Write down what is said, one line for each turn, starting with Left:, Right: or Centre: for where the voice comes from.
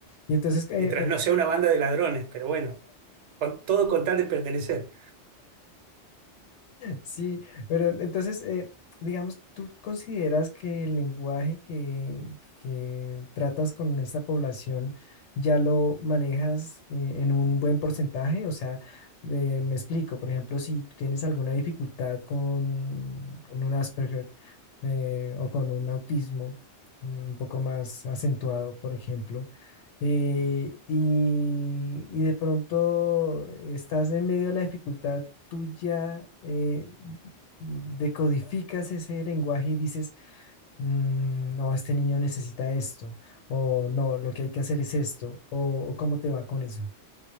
Left: Y entonces, eh,
Right: mientras
Left: eh,
Right: no sea una banda de ladrones, pero bueno, con- todo con tal de pertenecer.
Left: Sí, pero entonces, eh, digamos, ¿tú consideras que el lenguaje que, que tratas con esta población ya lo manejas eh, en un buen porcentaje? O sea, de- me explico, por ejemplo, si tú tienes alguna dificultad con, con un Asperger eh, o con un autismo mm, un poco más acentuado, por ejemplo, eh, y, y de pronto estás en medio de la dificultad tú ya eh, decodificas ese lenguaje y dices, "Mm, no, este niño necesita esto, o no, lo que hay que hacer es esto, o, o cómo te va con eso.